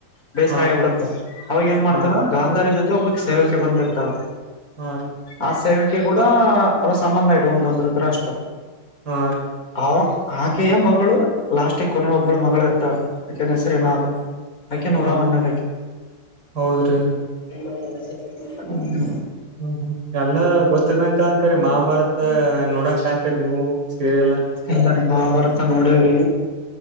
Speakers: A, on the left; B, on the right.
A: ಬೇಸರ
B: ಹಾ
A: ಆಗಿಬಿಡುತ್ತೆ ಅವಾಗ ಏನ್ ಮಾಡ್ತಾರ
B: ಹಾ
A: ಗಾಂಧಾರಿ ಜೊತ ಒಬ್ಬಕ್ಕಿ ಸೇವಕ್ಕಿ ಬಂದಿರ್ತಾಳ
B: ಹ
A: ಆ ಸೇವೆಕಕ್ಕಿ ಕೂಡ ಅವ ಸಂಬಂಧ ಇಡುವಂತಂದ್ರತ ಅಷ್ಟ
B: ಹ
A: ಅವ ಆಕೆಯ ಮಗಳು ಲಾಸ್ಟಿ ಕೊನೆ ಒಬ್ಬಳ ಮಗಳ ಇರ್ತಾಳ ಅಕ್ಕಿನ ಹೆಸರಿ ಎನ್ದ
B: ಹಾ
A: ಅಕೆ ನೂರಾ
B: ಹಾ
A: ಒಂದದಕಿ
B: ಹೌದ್ರಿ
A: <inaudible> ಹ್ಮ್
B: ಹ್ಮ್ ಹ್ಮ್ ಎಲ್ಲ ಗೊತ್ತಿದನಕ ಅಂತರಿ ಮಹಾಭಾರತ ನ ನೋಡಂಗ ಕಾಣ್ತೀರಿ ನೀವು ಸೀರಿಯಲ್
A: ಎಲ್ಲರಿ ಬಾರ್ ನೋಡವ್ರಿ